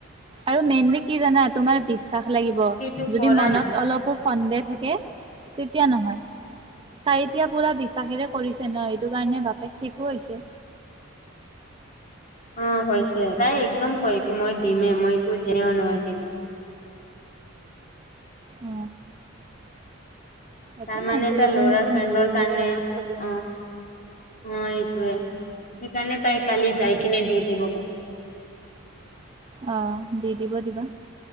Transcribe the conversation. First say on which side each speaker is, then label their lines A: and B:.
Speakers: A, on the right; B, on the left.
A: আৰু মেইনলি কি জানা তোমাৰ বিশ্বাস লাগিব
B: এইটো
A: যদি
B: কৰা
A: মনত
B: নাই
A: অলপ সু সন্দেহ থাকে তেতিয়া নহয়। তাই এতিয়া পুৰা বিশ্বাসেৰে কৰিছে ন এইটো কাৰণে বাপেক ঠিকো হৈছে।
B: অ, হৈছে তাই একদম কয় কি মই দিমে মই তো যে নহয় দিমে
A: অ, একো
B: তাৰ
A: নাইত
B: মানে এটা
A: এদিন
B: ল'ৰাৰ
A: দুদিন
B: ফ্ৰেণ্ডৰ
A: দেৰি
B: কাৰণে
A: হলে একো প্ৰব্লেম
B: অ',
A: নাই।
B: অ, এইটোৱে সেইকাৰণে তাই কালি যাই কিনে দি দিব মানে।
A: অ, দি দিব দিবা।